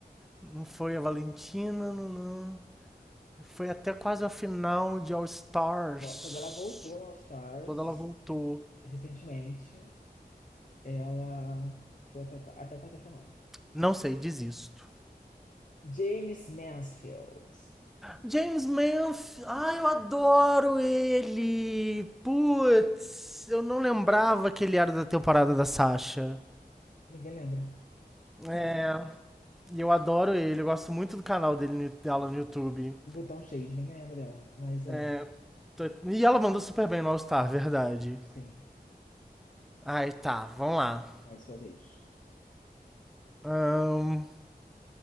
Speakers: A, in the centre; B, on the left.
A: Não foi a Valentina, não, não. Foi até quase a final de All Stars.
B: Quando ela voltou no All Stars,
A: Quando ela voltou.
B: recentemente. Ela foi até, até a quarta final.
A: Não sei, desisto.
B: James Mansfield.
A: James Manf, ai, eu adoro ele. Putz, eu não lembrava que ele era da temporada da Sasha.
B: Ninguém lembra.
A: É, e eu adoro ele, eu gosto muito do canal dele, dela no YouTube.
B: Botão Shade, ninguém lembra dela. Mas é,
A: É, tô- e ela mandou super bem no All Star, verdade.
B: sim,
A: Ai, tá, vamos lá.
B: mais sua vez.
A: Ahn,